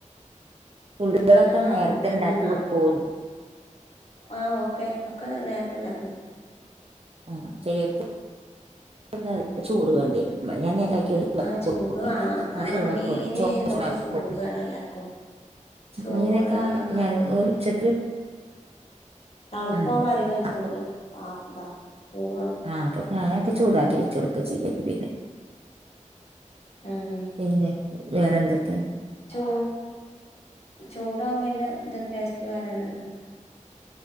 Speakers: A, on the right; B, on the left.
A: ഫുഡ്കളൊക്കെ
B: ആഹ്
A: നേരത്തെ
B: പിന്നെ
A: ഉണ്ടാക്കി വെക്കോന്ന്
B: ആ ഓക്കെ ഒക്കെ നേരത്തെ ഉണ്ടാക്കി
A: ആ ചെലർക്ക് എന്ത ചൂട് വേണ്ടി വരും ഞാൻ നോക്കി
B: ആഹ് ചൂട് വേണം
A: കറി
B: ആഹ്
A: ചൂടാക്കും
B: മീന്
A: ചോ
B: ഇതൊക്കെ
A: റ്ചൂടാക്കും
B: ചൂട് വേണം എല്ലാർക്കും ചോറ്
A: മീനൊക്കെ
B: ആഹ്
A: ഞാന് ഒരു ഉച്ചക്ക്
B: തണുപ്പാവുമ്പോ
A: ഉം,
B: അധികം ചൂട്
A: ആക്ക്,
B: ആ ഇതാ ചൂടു വാണ്
A: ആഹ് അപ്പൊ ഞാനൊക്കെ ചൂടാക്കി വെച്ച കൊടുക്ക ചെയ്യേ പിന്നെ
B: ആഹ്
A: പിന്നെ വേറെന്തൊക്കെ
B: ചൂ ചൂടാവകുമ്പോ അതിന്റെ ഇത് ടേസ്റ്റ് വരണല്ലോ